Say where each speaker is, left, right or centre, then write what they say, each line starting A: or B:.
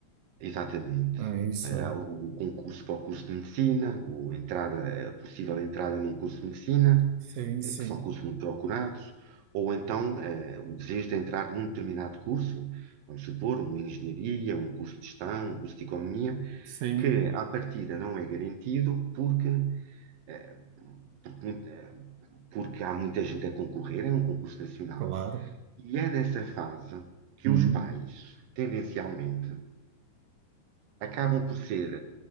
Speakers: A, on the right (about 70°); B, on the right (about 80°).
A: Exatamente.
B: É isso,
A: Eh,
B: é.
A: Há o o concurso para o curso de medicina, o entrada, a possível entrada num curso de medicina,
B: Sim,
A: eh,
B: sim.
A: que são cursos muito procurados, ou então eh, o desejo de entrar num determinado curso, vamos supor, uma engenharia, um curso de gestão, um curso de economia,
B: Sim.
A: que à partida não é garantido porque, eh, porque, muito- eh, porque há muita gente a concorrer, é um concurso nacional.
B: Claro.
A: E é nessa fase que
B: Uhum.
A: os pais, tendencialmente, acabam por ser,